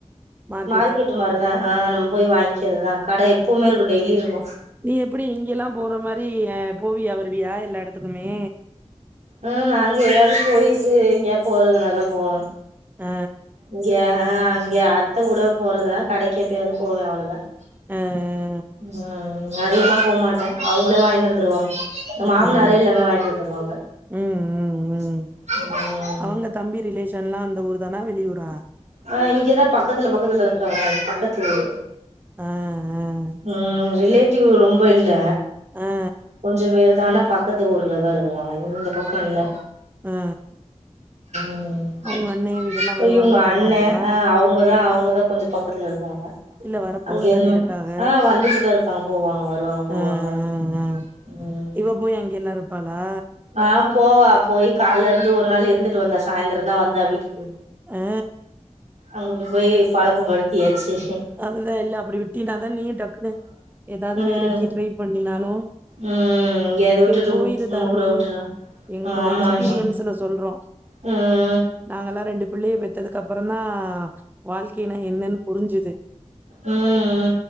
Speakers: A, on the right (about 15°); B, on the right (about 75°).
A: மார்க்கெட்டு
B: மார்க்கெட் மாரிதா ஆ நம்ம போய் வாங்கிறதுதான் கடை எப்பவுமே இருக்கு டெய்லி இருக்கும்
A: நீ எப்டி இங்கெல்லா போற மாரி போவியா வருவியா எல்லா எடத்துக்குமே
B: ம் நாங்க எதாவது கோயிலுக்கு எங்கியா போறதுனா தா போவோம்
A: ஆ
B: இங்கய அங்கே அத்த கூட போறதுனா கடைக்கு எப்பியாவது போவே அவ்ளோதான்
A: ஆ ஆ
B: ம் அ அ அதிகமா போமாட்டே அவுங்களே வாங்கினு வந்துருவாங்க ஏ
A: ம்
B: மாமனாரே
A: ம்
B: எல்லாமே வாங்கி வருவாங்க
A: ம் ம்
B: ம்
A: ம் அவங்க தம்பி ரிலேஷன்லா அந்தஊர் தானா வெளி ஊரா
B: ஆ இங்கதான் பக்கத்துல பக்கத்துல இருக்காங்க பக்கத்து ஊரு
A: ஆ ஆ
B: ம் ரிலேடிவ் ரொம்ப இல்ல
A: ஆ ஆ
B: கொஞ்ச பேர்தா ஆனா பக்கத்து ஊர்லதான் இருக்குறாங்க இந்த பக்கோ இல்ல
A: ஆ ஆ
B: ம்
A: அவங்க அண்ணே வீடெல்லா
B: இப்ப
A: வருவாங்க
B: இவங்க
A: போவாங்களா
B: அண்ண ஆ அவுங்கதான் அவுங்கதான் கொஞ்ச பக்கத்ல இருக்காங்க
A: இல்ல வரப்போகதானே
B: அங்க இருந்துமே
A: இருக்காக
B: ஆ வந்துட்டுதான் இருக்காங்க போவாங்க வருவாங்க போவாங்க
A: ஆ ஆ
B: ம்
A: இவ போய் அங்கெல்லா இருப்பாளா
B: ஆ போவா போய் கால்ல இருந்து ஒரு நாள் இருந்துட்டு வந்தா சாய்ந்தரம் தா வந்தா வீட்டுக்கு
A: ஆ
B: அங்கட்டு போய் பழக்க படுத்தியாச்சு
A: அதுதான் இல்ல அப்டி விட்டினாதா நீயும் டக்குனு ஏதாவது
B: ம்
A: வேலைக்கு ட்ரை பண்ணினாலும்
B: ம் எங்கயாவது
A: இப்பே
B: விட்டுட்டு
A: போயிரு
B: நம்ம
A: தரணி
B: கூட விட்டுறா
A: எங்களோடய
B: ஆமா
A: எக்ஸ்பீரியன்ஸ்ல
B: ஆன்ட்டி
A: சொல்றோ
B: ம்
A: நாங்கல்லா ரெண்டு பிள்ளைய பெத்ததுக்கு அப்புற தா வாழ்க்கையன்னா என்னன்னு புரிஞ்சுது
B: ம்ம்